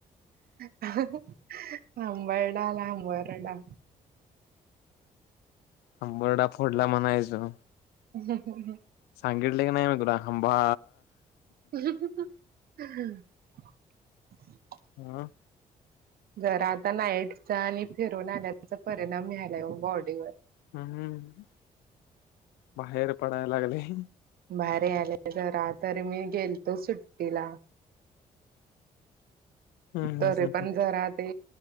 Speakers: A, on the right; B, on the left.
A: ह <unintelligible> हंबर्डाला हंबरडा.
B: हंबरडा फोडला म्हणायचो.
A: श <unintelligible>
B: सांगितले की नाही मी तुला हांबा.
A: <unintelligible>
B: हा.
A: जर आता नाईटचा आणि फिरून आल्याचा परिणाम व्हयालाय ओ बॉडीवर.
B: हम्म बाहेर पडाय लागलंय.
A: भाहेर यालय जरा तरी मी गेलतो सुट्टीला.
B: हम्म
A: तरी
B: हम्म
A: पण जरा ते